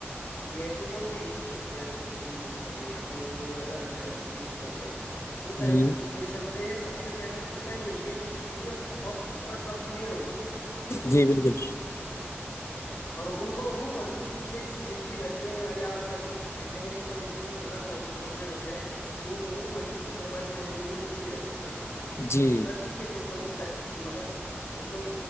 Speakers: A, on the left; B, on the left.
A: ایے آئی کی کوئی بھی یوز کرے chat G P T use کرے یا کئی کوئی ادر ایپ یوز کر رہے ہیں تو اس ایپلیکیشن
B: جی
A: کو سب سے پہلے ہوتا یہی ہے کہ چیزیں بہت اسپشٹ اور کلیئر ہوتی ہیں
B: جی بالکل
A: اور ہو ب ہ وہی چیزیں لکھی رہتی ہے یا آپ کب دیکھیں گے کہ کوئی انٹرویو ہوگا جو ہم بول رہے ہوتے ہیں ہو بہ وہی چیز ہماری لینگویج میں لکھی رہتی ہے
B: جی
A: سلیقے سے ایک دم مطلب ایک دم